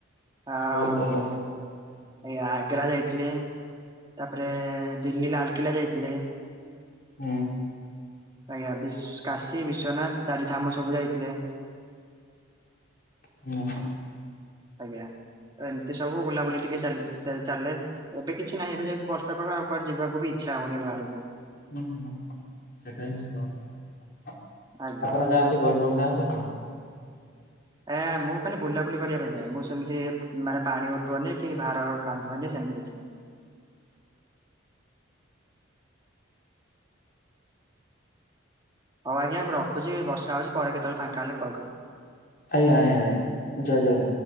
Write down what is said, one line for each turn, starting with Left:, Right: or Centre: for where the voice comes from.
Right: ଆଉ
Left: ବହୁତ ଭଲ
Right: ଆଗ୍ରା ଯାଇଥିଲେ ତାପରେ ଦିଲ୍ଲୀ ଲାଲକିଲ୍ଲା ଯାଇଥିଲେ।
Left: ହୁଁ।
Right: ଆଜ୍ଞା ବି କାଶୀ ବିଶ୍ଵନାଥ ଚାରିଧାମ ସବୁ ଯାଇଥିଲେ।
Left: ହୁଁ।
Right: ଆଜ୍ଞା। ତ ଏମିତି ସବୁ ବୁଲାବୁଲି ଟିକେ ଚାଲି ଚାଲେ ଏବେ କିଛି ନାହିଁ ଏବେ ଯେହେତୁ ବର୍ଷା ପାଗ ଆଉ କୁଆଡ ଯିବାକୁ ବି ଇଛା ହଉନି ଆଉ <unintelligible>
Left: ହୁ ହୁଁ ସେଟା ବି ସତ କଥା।
Right: ଆଜ୍ଞା।
Left: ଆପଣ ଯାଆନ୍ତି ବୋଲବମ ଯାଆନ୍ତି ଆପଣ?
Right: ଏ ମୁଁ ଖାଲି ବୁଲାବୁଲି କରିବା ପାଇଁ ଯାଏ। ମୁଁ ସେମିତି ମାନେ ପାଣି ଉ ଠଉନି କି ଭାର କାନ୍ଧଉନି ସମିତି କିଛି ନାହିଁ। ହଉ ଆଜ୍ଞା ମୁଁ ରଖୁଛି ବର୍ଷା ହଉଛି ପରେ କେତେବେଳେ ଫାଙ୍କା ହେଲେ କଲ କରିବି।
Left: ଆଜ୍ଞା ଆଜ୍ଞା ଜୟ ଜଗନ୍ନାଥ।